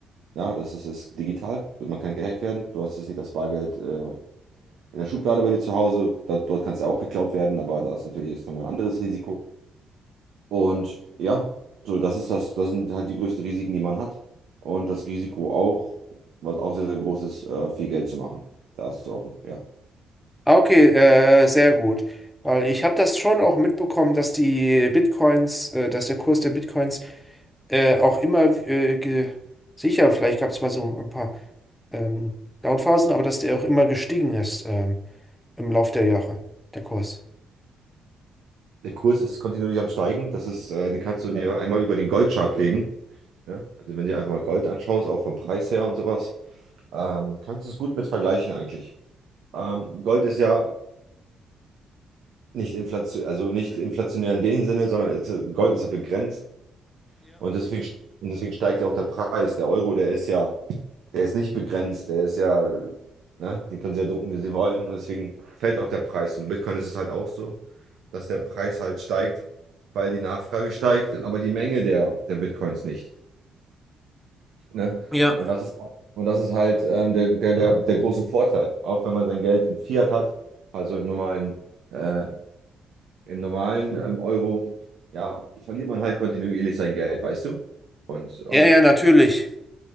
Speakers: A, on the right; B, in the centre.
A: ja, das ist, ist digital. Man kann gehackt werden. Du hast jetzt nicht das Bargeld äh, in der Schublade bei dir zu Hause. Da, dort kannst du auch geklaut werden, aber da ist natürlich jetzt nochmal ein anderes Risiko. Und ja, so das ist das, das sind halt die größten Risiken, die man hat. Und das Risiko auch, was auch sehr, sehr groß ist, äh, viel Geld zu machen. Da hast du auch, ein- ja.
B: Ah, okay, äh, sehr gut. Weil ich habe das schon auch mitbekommen, dass die Bitcoins, äh, dass der Kurs der Bitcoins äh, auch immer äh, ge- sicher, vielleicht gab es mal so ein paar ähm, Downphasen, aber dass der auch immer gestiegen ist ähm, im Lauf der Jahre, der Kurs.
A: Der Kurs ist kontinuierlich am Steigen. Das ist, äh, den kannst du dir einmal über den Goldchart legen. Ja? Also wenn du dir einfach mal Gold anschaust, auch vom Preis her und sowas, ähm, kannst du es gut mit vergleichen eigentlich. Ähm, Gold ist ja nicht inflation, also nicht inflationär in dem Sinne, sondern es- Gold ist ja begrenzt und deswegen, und deswegen steigt ja auch der Preis. Der Euro, der ist ja, der ist nicht begrenzt, der ist ja, ne, den können sie ja drucken, wie sie wollen und deswegen fällt auch der Preis. Und bei Bitcoin ist es halt auch so, dass der Preis halt steigt, weil die Nachfrage steigt, aber die Menge der, der Bitcoins nicht. Ne?
B: Ja,
A: Und das ist, halt, und das ist halt ähm, der, der, der, der große Vorteil, auch wenn man sein Geld in Fiat hat, also in normalen äh, Im normalen ähm, Euro, ja, verliert man halt kontinuierlich sein Geld, weißt du? Und ähm,
B: Ja, ja, natürlich.